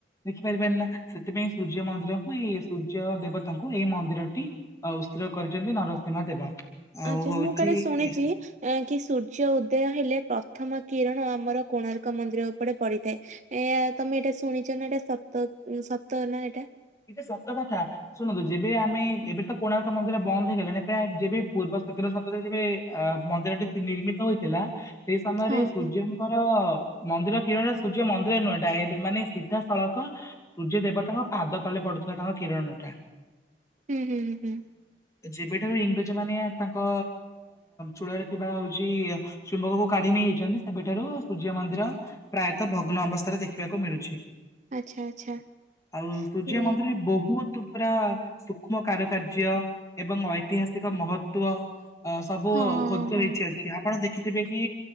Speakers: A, on the left (about 20°); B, on the right (about 40°).
A: ଦେଖିପାରିବାନି ନା ସେଥିପାଇଁ ସୂର୍ଯ୍ୟ ମନ୍ଦିରକୁ ଏଇ ସୂର୍ଯ୍ୟ ଦେବ ତାଙ୍କୁ ଏଇ ମନ୍ଦିର ଟି ଉସ୍ତିର କରିଛନ୍ତି ନରସିଂମା ଦେବା। ଆଉ
B: ଆଚ୍ଛା
A: ହଉଛି
B: ମୁଁ କାଳେ ଶୁଣିଚି
A: ଏ
B: ଏହା କି ସୂର୍ଯ୍ୟ ଉଦୟ ହେଲେ ପ୍ରଥମ କିରଣ ଆମର କୋଣାର୍କ ମନ୍ଦିର ଉପରେ ପଡ଼ିଥାଏ। ଏଆ ତମେ ଏଇଟା ଶୁଣିଛ ନା ଏଟା ସତ ସତ ନା ଏଟା।
A: ଏଟା ସତ କଥା। ଶୁଣନ୍ତୁ ଯେବେ ଆମେ ଏବେ ତ କୋଣାର୍କ ମନ୍ଦିର ବନ୍ଦ ହେଇଗଲାଣି ଏବେ ଯେବେ ପୂର୍ବ ସତରକ୍କ ସତରେ ଯେବେ ଅ ମନ୍ଦିର ଟି ନିର୍ମିତ ହୋଇଥିଲା ସେଇ ସମୟରେ
B: ହଁ
A: ସୂର୍ଯ୍ୟ
B: ହଁ।
A: ଆମର ମନ୍ଦିର କିରଣ ସୂର୍ଯ୍ୟ ମନ୍ଦିର ନୁହଁ ଡ଼ାଇ ମାନେ ସିଧାସଳକ। ସୂର୍ଯ୍ୟ ଦେବତାଙ୍କ ପାଦ ତଳେ ପଡ଼ୁଥିଲା ତାଙ୍କ କିରଣ ଟା।
B: ହୁଁ, ହୁଁ, ହୁଁ।
A: ଯେବେଠାରୁ ଇଂରେଜ ମାନେ ତାଙ୍କ ଚୂଳରେ ଥିବା ହଉଚି ଚୁମ୍ବକକୁ କାଢ଼ି ନେଇଯାଇଛନ୍ତି ସେବେଠାରୁ ସୂର୍ଯ୍ୟ ମନ୍ଦିର ପ୍ରାୟତଃ ଭଗ୍ନ ଅବସ୍ଥାରେ ଦେଖିବାକୁ ମିଳୁଛି।
B: ଆଚ୍ଛା, ଆଚ୍ଛା।
A: ଆଉ ସୂର୍ଯ୍ୟ
B: ହୁଁ
A: ମନ୍ଦିରରେ ବ ବହୁତ ପୁରା ସୂକ୍ଷ୍ମ କାରୁକାର୍ଯ୍ୟ ଏବଂ ଐତିହାସିକ ମହତ୍ଵ ଅ ସବୁ
B: ହଁ ହଁ
A: ଖୋଦିତ
B: ହଁ।
A: ହେଇଛି ଅଛି ଆପଣ ଦେଖ ଦେଖିଥିବେ କି